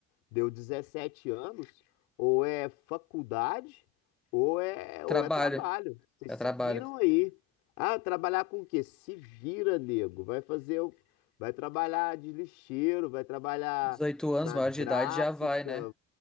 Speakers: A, on the left; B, in the centre.
A: Deu 17 anos, ou é faculdade, ou é,
B: Trabalho,
A: ou é trabalho. Vocês
B: já
A: se
B: trabalho.
A: viram aí. Ah, trabalhar com o quê? Se vira, nego. Vai fazer, o- vai trabalhar de lixeiro, vai trabalhar
B: dezoito anos,
A: na
B: maior
A: gráfica.
B: de idade já vai, né?